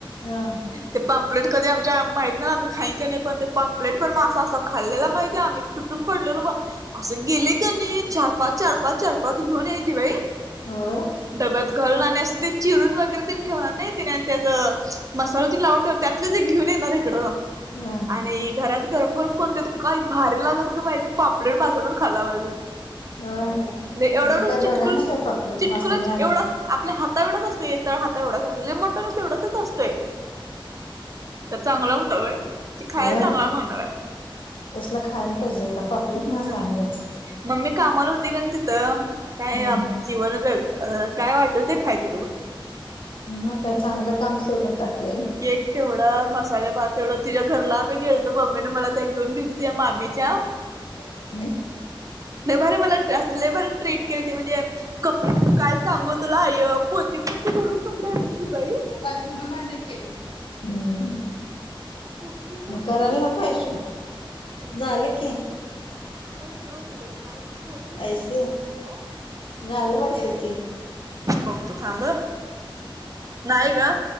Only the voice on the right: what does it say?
ते पांपलेट कधी आमच्या माहित ना आम्ही खाईन की नाही पण ते पांपलेट पण मासा असं खाल्लेला माहििते आम्ही तुटून पडलेल बा असं गेले का नाही? चार पाच चार पाच चार पाच घेऊन यायची बाई.
डब्यात घालून आणि असं ते चिरून वगैरे त ठेवणार नाही तिने त्या मसाल त लावून ठेव. त्यातलंच एक घेऊन येणार इकडं.
आणि घरात गरम-गरम कोण देत काही भारी लागत होत. माहिती पाांपलेट मासा पण खाल्लावा.
एवढा एवढा
चिटकुल
चिटकुलाच
एवढाच. आपल्या हाता एवढाच असते तळ हाता एवढाचे लय मोठा नसते एवढाचाच असते. तर चांगला होता बाय ते खायला
चांगला म्हणाव.
हम्म
मम्मी कामाला होती का तिथं काय
जीवनत काय वाटल ते खायच होत ब
केक तेवढा मसाले भात तेवढं तिज्या घरला आम्ही गेलतो मम्मीने मला त्या घेऊन गेली तिज्या मामीच्या
लय भारी मला लय भारी अस ट्रीट केली त म्हणजे कप काय सांगू तुला आय पोती पोती भरुन कपडे आणायची बाई.
पोती पोती
भरून
घरात
<unintelligible> भरून
कपडे ओ
बघतो थांब नाही ना